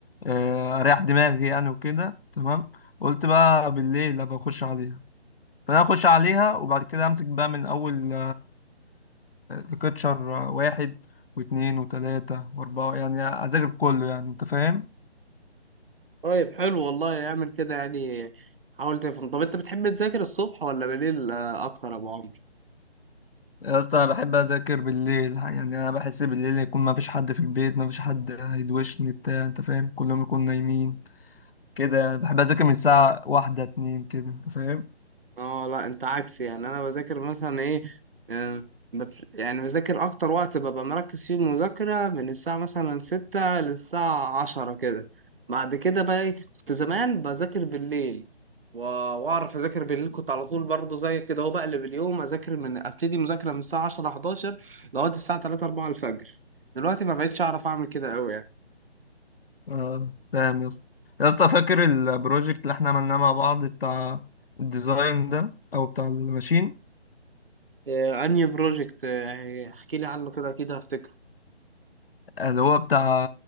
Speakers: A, on the left; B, on the right.
A: آه، اريح دماغي يعني وكده تمام قلت بقى بالليل ابقى اخش عليها فانا اخش عليها وبعد كده امسك بقى من اول ليكتشر واحد واثنين وثلاثة واربعة يعني اذاكر كله يعني انت فاهم
B: طيب حلو والله اعمل كده يعني حاول تفهم طب انت بتحب تذاكر الصبح ولا بالليل آه، اكتر يا ابو عمرو
A: يا اسطى انا بحب اذاكر بالليل يعني انا بحس بالليل يكون ما فيش حد في البيت ما فيش حد هيدوشني بتاع انت فاهم كلهم يكونوا نايمين كده يعني بحب اذاكر من الساعه واحدة اتنين كده انت فاهم
B: اه لا انت عكسي يعني انا بذاكر مثلا ايه آه، بت- يعني بذاكر اكتر وقت ببقى مركز فيه المذاكرة من الساعة مثلا ستة للساعة عشرة كده بعد كده بقى ايه كنت زمان بذاكر بالليل و- واعرف اذاكر بالليل كنت على طول برضه زي كده هو بقلب اليوم اذاكر من ابتدي مذاكرة من الساعة 10 11 لغاية الساعة 3 4 الفجر دلوقتي ما بقتش اعرف اعمل كده قوي يعني
A: اه فاهم يا اسطى يا اسطى فاكر البروجكت اللي احنا عملناه مع بعض بتاع الديزاين ده او بتاع الماشين
B: آه، انهي بروجكت آه، احكي لي عنه كده اكيد هفتكره
A: اللي هو بتاع